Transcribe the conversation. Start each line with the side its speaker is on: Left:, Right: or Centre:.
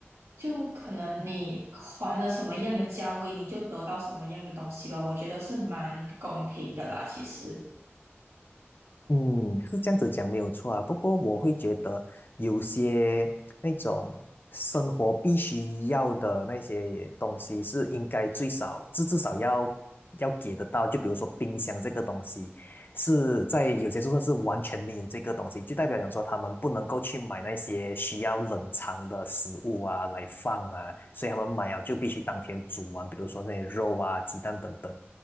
Right: 就可能你还了什么样的价位，你就得到什么样的东西了，我觉得是蛮公平的啦，其实。
Left: 嗯，是这样子讲没有错啊。不过我会觉得有些那种生活必须要的那些东西是应该最少至至少要要给得到。就比如说冰箱这个东西，是在有些宿舍是完全没有这个东西，就代表讲说他们不能够去买那些需要冷藏的食物啊来放啊，所以他们买了就必须当天煮完，比如说那些肉啊、鸡蛋等等。